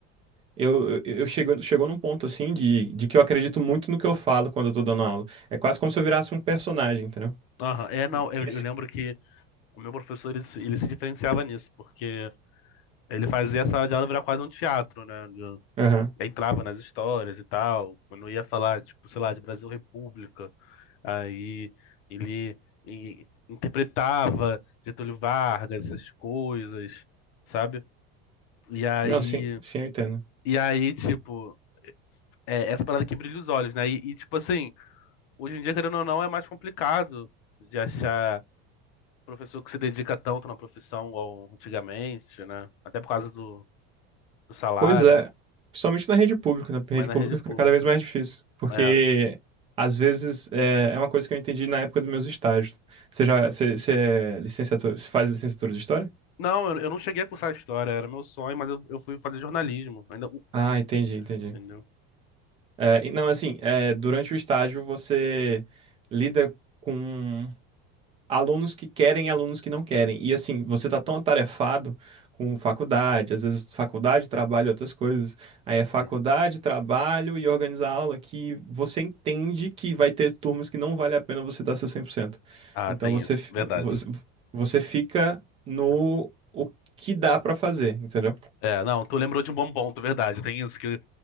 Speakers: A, on the right; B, on the left.
A: eu, eu eu chego, chegou num ponto, assim, de, de que eu acredito muito no que eu falo quando eu tô dando aula. É quase como se eu virasse um personagem, entendeu?
B: Aham, é, não,
A: E-
B: eu,
A: e esse-
B: eu lembro que o meu professor, ele, se- ele se diferenciava nisso, porque ele fazia a sala de aula virar quase um teatro, né?
A: Aham.
B: Aí entrava nas histórias e tal, quando ia falar, tipo, sei lá, de Brasil República, aí ele, e- interpretava Getúlio Vargas, essas coisas, sabe? E aí,
A: Não, sim, sim, eu entendo.
B: e aí, tipo, é essa parada que brilha os olhos, né? E, e, tipo assim, hoje em dia, querendo ou não, é mais complicado de achar professor que se dedica tanto na profissão igual antigamente, né? Até por causa do, do salário,
A: Pois é, principalmente na rede pública, né? Porque
B: mas
A: a rede
B: na
A: pública
B: rede pública.
A: fica cada vez mais difícil, porque
B: É.
A: às vezes é, é uma coisa que eu entendi na época dos meus estágios. Você já, você, você é licenciatura, você faz licenciatura de história?
B: Não, eu, eu não cheguei a cursar história, era meu sonho, mas eu, eu fui fazer jornalismo. Ainda, uh,
A: Ah, entendi, entendi.
B: entendeu?
A: É, e não, assim, é, durante o estágio você lida com alunos que querem e alunos que não querem. E assim, você tá tão atarefado com faculdade, às vezes faculdade, trabalho, e outras coisas. Aí é
B: Sim.
A: faculdade, trabalho e organizar aula que você entende que vai ter turmas que não vale a pena você dar seu 100%.
B: Ah,
A: Então
B: tem
A: você
B: isso,
A: f-
B: verdade.
A: você você fica no
B: É,
A: o que dá pra fazer, entendeu?
B: é, não, tu lembrou de um bom ponto, verdade. Tem isso que